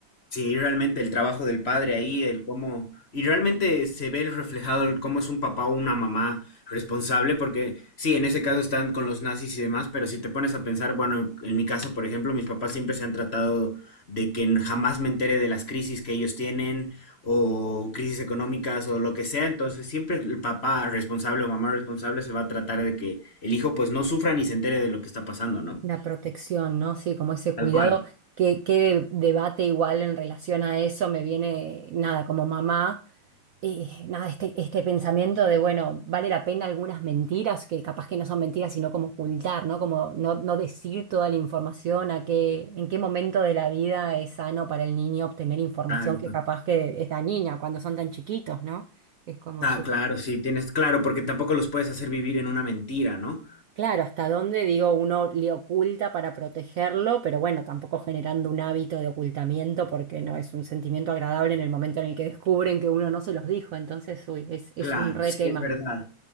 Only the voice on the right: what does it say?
La protección, ¿no? Sí, como ese cuidado.
que qué debate igual en relación a eso me viene, nada, como mamá? eh, nada, este, este pensamiento de, bueno, vale la pena algunas mentiras, que capaz que no son mentiras, sino como ocultar, ¿no? Como no, no decir toda la información, a qué, en qué momento de la vida es sano para el niño obtener información
que capaz que es dañina cuando son tan chiquitos, ¿no? Es como
súper...
Claro, hasta dónde, digo, uno le oculta para protegerlo, pero bueno, tampoco generando un hábito de ocultamiento porque no es un sentimiento agradable en el momento en el que descubren que uno no se los dijo, entonces, uy, es, es
un re
tema.